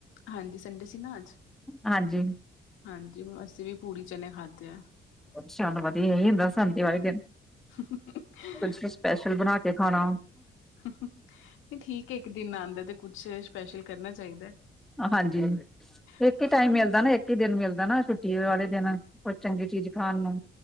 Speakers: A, on the left (about 80°); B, in the centre.
A: ਹਾਂਜੀ, ਸੰਡੇ ਸੀ ਨਾ ਅੱਜ,
B: ਹਾਂਜੀ
A: ਹਾਂਜੀ ਅਸੀ ਵੀ ਪੂੜੀ ਚਨੇ ਖਾਧੇ ਆ
B: ਚੱਲ ਵਧੀਆ ਏ ਸਾਨੂ, ਦੀਵਾਲੀ ਦਿਨ
A: <unintelligible> <inaudible>
B: ਕੁਛ ਸਪੈਸ਼ਲ ਬਣਾ ਕੇ ਖਾਣਾ
A: ਹੁ, ਹੁ, ਨਹੀ ਠੀਕ ਏ, ਇੱਕ ਦਿਨ ਆਦਾ ਤੇ ਕੁਛ, ਸਪੈਸ਼ਲ ਕਰਨਾ ਚਾਹੀਦਾ
B: ਆ ਹਾਂਜੀ,
A: ਹੋਰ।
B: ਇੱਕ ਹੀ ਟਾਈਮ ਮਿਲਦਾ ਨਾ, ਇੱਕ ਹੀ ਦਿਨ ਮਿਲਦਾ ਨਾ, ਛੁੱਟੀ ਵਾਲੇ ਦਿਨ, ਕੁਛ ਚੰਗੀ ਚੀਜ਼ ਖਾਣ ਨੂੰ